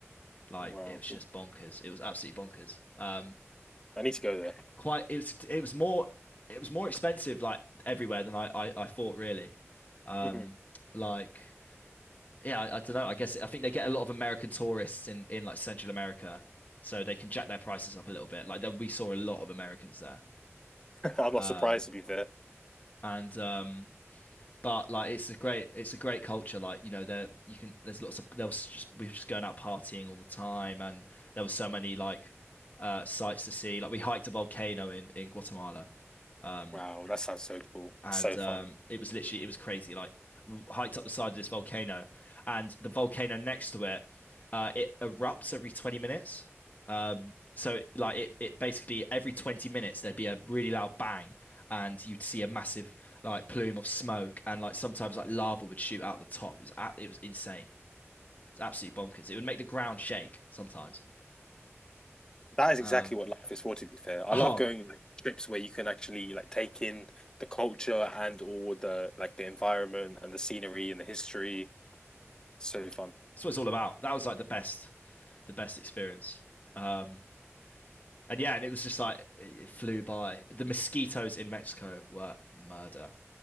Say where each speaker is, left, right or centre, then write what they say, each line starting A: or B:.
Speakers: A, on the left (about 35°); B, on the left (about 15°).
A: Like
B: Wow.
A: it was just bonkers. It was absolutely bonkers. Um,
B: I need to go there.
A: quite it was it was more it was more expensive like everywhere than I I, I thought really. Um,
B: <laughs>
A: like yeah, I, I don't know. I guess I think they get a lot of American tourists in in like Central America, so they can jack their prices up a little bit. Like that we saw a lot of Americans there.
B: I'm not
A: Um,
B: surprised to be there.
A: and um, but like it's a great it's a great culture. Like you know there you can there's lots of there was just we were just going out partying all the time, and there was so many like uh sights to see. Like we hiked a volcano in in Guatemala. Um,
B: Wow, that sounds so cool.
A: and
B: So
A: um,
B: fun.
A: it was literally it was crazy. Like w- hiked up the side of this volcano, and the volcano next to it, uh, it erupts every 20 minutes. Um, so like it it basically every 20 minutes there'd be a really loud bang, and you'd see a massive like plume of smoke, and like sometimes like lava would shoot out the top. It was a- it was insane. It's absolutely bonkers. It would make the ground shake sometimes.
B: That is
A: Um,
B: exactly what life is for, to be fair. I
A: <laughs>
B: love going
A: oh,
B: like trips where you can actually like take in the culture and all the like the environment and the scenery and the history. So fun.
A: that's what it's all about. That was like the best the best experience. Um, And yeah, and it was just like it flew by. The mosquitoes in Mexico were murder.